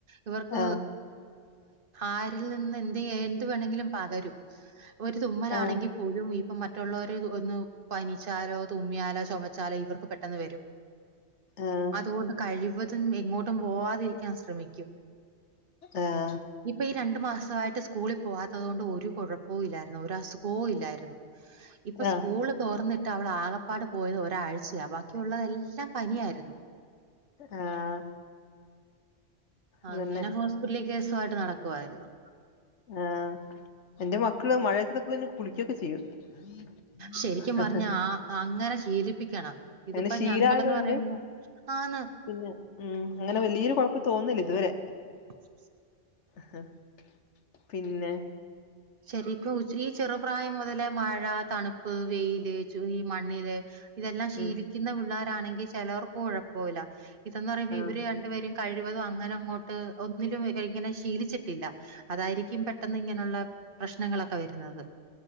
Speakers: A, on the right; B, on the left.
A: ഇവർക്ക്-
B: ആഹ്
A: ആരിൽ നിന്ന് എന്ത് എന്ത് വേണമെങ്കിലും പകരും ഒരു തുമ്മനാണെങ്കി-
B: ആഹ്
A: പോലും ഇപ്പ മറ്റുള്ളവർക്ക് ഒന്ന് പനിച്ചാലോ തുമ്മിയാലോ ചോമച്ചാലോ ഇവർക്ക് പെട്ടെന്ന് വരും
B: ആഹ്
A: അതുകൊണ്ട് കഴിവതും എങ്ങോട്ടും പോവാതിരിക്കാൻ ശ്രമിക്കും
B: ആഹ്
A: ഇനി ഇപ്പൊ ഈ രണ്ടു മാസമായിട്ട് സ്കൂളിൽ പോവാത്തോണ്ട് ഒരു കൊഴപ്പവും ഇല്ലായിരുന്നു ഒരു അസുഖവും ഇല്ലായിരുന്നു ഇപ്പൊ
B: ആഹ്
A: സ്കൂള് തോറന്നിട്ട് അവള് ആകെ - ആകെപ്പാട് പോയത് ഒരാഴ്ചയ ബാക്കിയുള്ളള്ളതെല്ലാം പനിയായിരുന്നു
B: ആഹ്
A: അങ്ങനെ
B: അതന്നെ
A: ഹോസ്പിറ്റലിൽ കേസുമായിട്ട് നടക്കുവായിരുന്നു
B: ആഹ് എന്റെ മക്കള് മഴയത്തതൊക്കെ പിന്നെ കുളിക്കൊക്കെ ചെയ്യും <unintelligible>
A: ശരിക്കും പറഞ്ഞാ അങ്ങനെ ശീലിപ്പിക്കണം ഇതിപ്പോ
B: അങ്ങനെ ശീലായത്
A: ഞങ്ങളന്ന്
B: കൊണ്ട്
A: പറയുമ്പോ ആന്ന്
B: പിന്നെ ഉം അങ്ങനെ വലിയൊരു കൊഴപ്പ തോന്നില്ല ഇതുവരെ
A: <unintelligible>
B: ഹ് പിന്നെ
A: ശെരിക്കു <unintelligible> ഈ ചെറുപ്രായം മുതലേ മഴ തണുപ്പ് വെയില് ചൂ ഈ മണ്ണില് ഇതെല്ലാം ശീലിക്കുന്ന
B: ഉം
A: പിള്ളരാണെങ്കിൽ ചിലവർക്കു കുഴപ്പൊല്ല ഇതെന്ന് പറയുമ്പോ
B: ആഹ്
A: ഇവര് രണ്ടുപേരും കഴിവതും അങ്ങനെ അങ്ങോട്ട് ഒന്നിലും ഇങ്ങനെ ശീലിച്ചിട്ടില്ല അതായിരിക്കും പെട്ടെന്നിങ്ങനുള്ള പ്രശ്നങ്ങളൊക്കെ വരുന്നത്